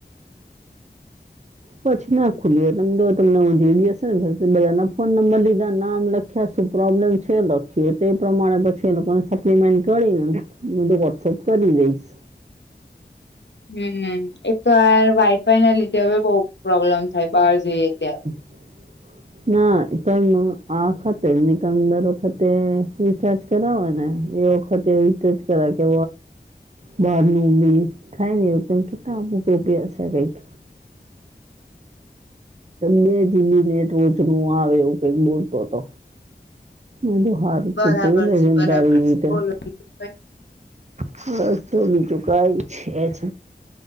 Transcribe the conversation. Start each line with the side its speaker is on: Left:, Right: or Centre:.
Right: પછી ના ખુલી તમ તો તમને હું જો હશે ને બધા ના ફોન નંબર લીધા નામ લખ યા શું પ્રોબ્લેમ છે લખી તે પ્રમાણે પછીને પ્મેન્ટ કરીને હું તો વોટ્સઅપ કરી દઈશ.
Left: હમ એક તો આ વાઈફાઈ ના લીધે હવે બઉ પ્રોબ્લેમ થાય બહાર જઈએ ત્યારે.
Right: <inaudible> ના પણ આખતે ની દર વખતે રિચાર્જ કરાવો ને એ વખતે વીતે જ કરા કે બહાર ની બી થાય ને એવું ત કેતા કઈક બે જીબી નેટ રોજ નું આવે એવું કઈક બોલતો હતો એ તો હારુ
Left: બરાબર
Right: તો જોઈ લે
Left: છે
Right: છેમ
Left: બરાબર
Right: તારી રીતે
Left: છે બોલો બીજું
Right: હ તો બીજું કઈ છે જ